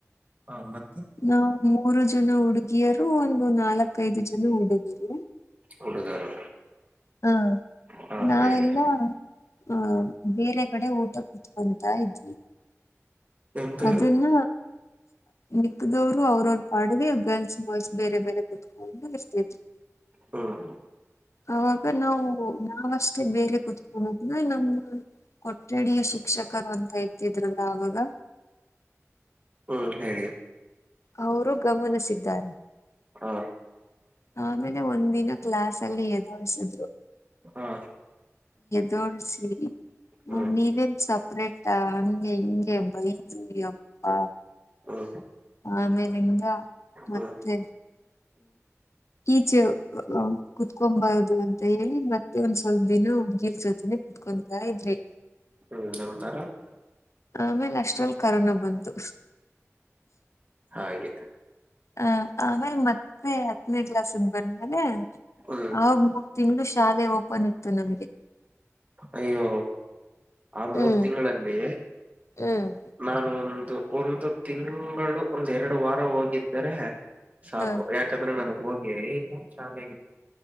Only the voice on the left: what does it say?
ನಾವು ಮೂರು ಜನ ಹುಡುಗಿಯರು ಒಂದು ನಾಲ್ಕೈದು ಜನ ಹುಡುಗರು
ಹಾ
ನಾವೆಲ್ಲಾ
ಹ ಬೇರೆ ಕಡೆ ಊಟಕ್ಕ ಹೋಗ್ತಾ ಇದ್ವಿ.
ಅದನ್ನ ನಿಕ್ಕದವರು ಅವ್ರವರ - ಅಡುಗೆ ಗರ್ಲ್ಸ್ ಬಾಯ್ಸ್ ಬೇರೆ ಬೇರೆ ಕತ್ಕೊಂಡ ಇರ್ತಿದ್ರು.
ಅವಾಗ ನಾವು ನಾವಷ್ಟೇ ಬೇರೆ ಕುತ್ಕೊಂಡದ್ನ್ನ ನಮ್ಮ ಕೊಠಡಯ ಶಿಕ್ಷಕರು ಅಂತ ಇರ್ತಿದ್ರಲ್ಲ ಅವಾಗ -
ಅವರು ಗಮನಿಸಿದ್ದಾರೆ.
ಆಮೇಲೆ ಒಂದಿನ ಕ್ಲಾಸ್ ಅಲ್ಲಿ ಎದಸಿದ್ರು
ತೋಳ್ಸಿ
ನೀವನ್ ಸಪ್ಪ <inaudible> ಹಂಗೆ ಹಿಂಗೆ ಬೈದ್ರುಯಪ್ಪಾ.
ಆಮೇಲಿಂದ ಮತ್ತೆ
ಈಚೆ ಕುತ್ಕೊಬಾರದು ಅಂತ ಹೇಳಿ ಮತ್ತೆ ಒಂದ್ ಸ್ವಲ್ಪ ದಿನ ನಿಲ್ಸದ್ವಿ. ಕುಂತಾ ಇದ್ರಿ.
ಆಮೇಲೆ ಅಷ್ಟ್ರಲ್ಲಿ ಕರೋನಾ ಬಂತು.
ಹ ಆಮೇಲೆ ಮತ್ತೆ ಹತ್ತನೇ ಕ್ಲಾಸ್ಗ್ ಬಂದ್ಮೇಲೆ.
ಆವಾಗ ಮೂರ್ ತಿಂಗಳು ಶಾಲೆ ಓಪನ್ ಇತ್ತು ನಮ್ಗೆ.
ಹ್ಮ್
ಹ್ಮ್
ಹಾ